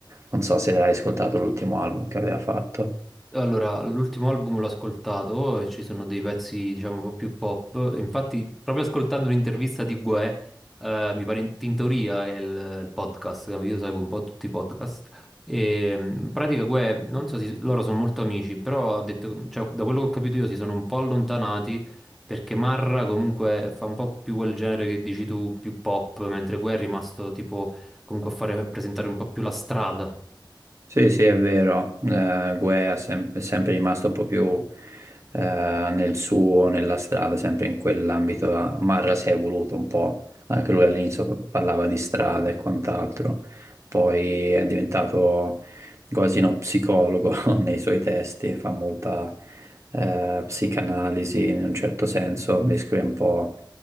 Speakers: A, on the right; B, in the centre.
A: Non so se l'hai ascoltato l'ultimo album che aveva fatto.
B: Allora, l'ultimo album l'ho ascoltato e ci sono dei pezzi, diciamo, un po' più pop. E Infatti, proprio ascoltando un'intervista di Guè, eh, mi pare in Tintoria è il, il podcast, che io seguo un po' tutti i podcast. E, mm, in pratica Guè, non so se loro sono molto amici, però ha detto, cioè, da quello che ho capito io si sono un po' allontanati perché Marra comunque fa un po' più quel genere che dici tu, più pop, mentre Guè è rimasto tipo comunque a fare a presentare un po' più la strada.
A: Sì, sì, è vero. Eh, Guè è sem- è sempre rimasto un po' più eh, nel suo, nella strada, sempre in quell'ambito. là. Marra si è evoluto un po', anche lui all'inizio parlava di strada e quant'altro, poi è diventato quasi uno psicologo <laughs> nei suoi testi, fa molta eh, psicanalisi in un certo senso, descrive un po'